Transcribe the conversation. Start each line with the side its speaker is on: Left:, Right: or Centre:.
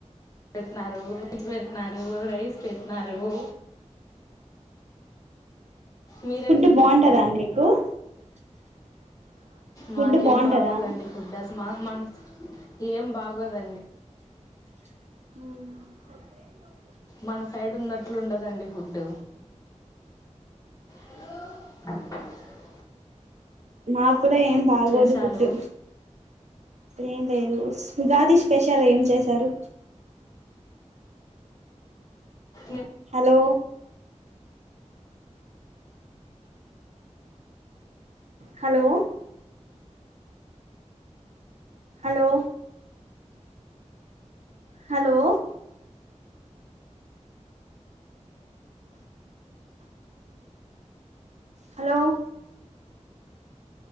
Left: పెట్టిన్నారు వె్ పెట్టినారు రైస్ పెట్టినారు ఉ మీరేం
Right: ఫుడ్
Left: తిన్నారు
Right: బాగుంటదా అండి <inaudible> ఫుడ్
Left: మాకేం
Right: బాగుంటదా
Left: బాగోదండి ఫుడ్ అస్ మాక్ మాస్ ఏం బాగు బాగోదండి
Right: ఉమ్
Left: మన సైడ్ ఉన్నట్లు ఉండదండి ఫుడ్ అ <inaudible>
Right: నాకు కూడా ఏం బాగోదు
Left: విశేషాలు
Right: ఫుడ్దు ఏం లేదు స్ ఉగాది స్పెషల్ ఏం చేశారు
Left: ఏం
Right: hello hello hello hello hello